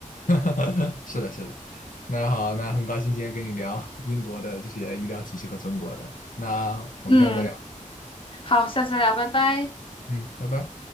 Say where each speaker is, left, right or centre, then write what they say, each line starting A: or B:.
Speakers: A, on the left; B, on the left.
A: <laughs> 是的，是的。那好，那很高兴今天跟你聊英国的这些医疗体系和中国的，那我们下次再聊。
B: 嗯，好，下次聊，拜拜。
A: 嗯，拜拜。